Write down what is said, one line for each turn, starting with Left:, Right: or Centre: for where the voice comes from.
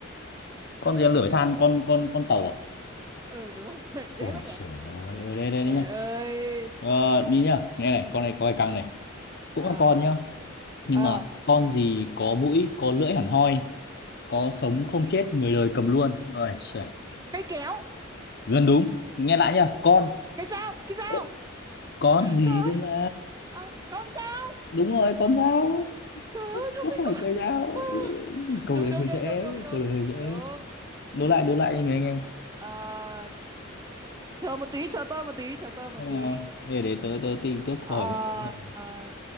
Left: con gì ăn lửa với than con con con tàu à
Right: ừ đúng rồi <laughs>
Left: ôi
Right: dễ quá nhỉ
Left: trời ơi ở đây đây
Right: trời
Left: đấy nhá
Right: ơi
Left: ờ, đi nhá nghe này con này có cái căng này cũng
Right: à
Left: là con nhá nhưng
Right: ờ
Left: mà con gì có mũi có lưỡi hẳn hoi có
Right: có
Left: sống
Right: mũi
Left: không chết người đời cầm luôn ôi giời,
Right: cây kéo
Left: gần đúng nghe lại nhá con
Right: cái dao cái dao
Left: Ơ, con gì
Right: trời ơi
Left: cơ mà
Right: à, con dao
Left: đúng rồi con dao
Right: trời ơi thông
Left: nó không
Right: minh
Left: phải
Right: quá
Left: cây dao
Right: Ờ,
Left: Ê, câu
Right: đúng
Left: đấy
Right: đúng
Left: hơi
Right: đúng
Left: dễ
Right: đúng đúng đúng
Left: câu đấy hơi dễ
Right: đúng
Left: đố lại đố lại đi người anh em
Right: à, chờ một tí chờ tôi một tí chờ tôi một
Left: thế nào
Right: tí
Left: để để tớ tớ tìm tiếp
Right: à,
Left: câu hỏi với tớ rồi
Right: à,